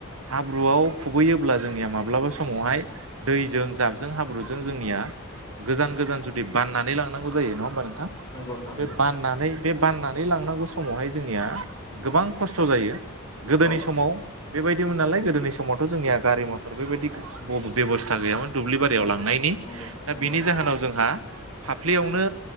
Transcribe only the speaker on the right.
हाब्रुआव खुबैयोब्ला जोंनिया माब्लाबा समावहाय दैजों जाबजों हाब्रुजों जोंनिया गोजान गोजान जुदि बाननानै लांनांगौ जायो नङा होमबा नों थां
बे
बाननानै बे बाननानै लांनांगौ समावहाय जोंनिया गोबां खस्थ' जायो। गोदोनि
समाव बेबायदिमोन नालाय गोदोनि समावथ' जोंनिया गारि मथर बेबायदि बेबस्था थां गैयामोन। दुब्लि बारियाव
लांनायनि
दा
बिनि
जाहोनाव जोंहा। फाफ्लियावनो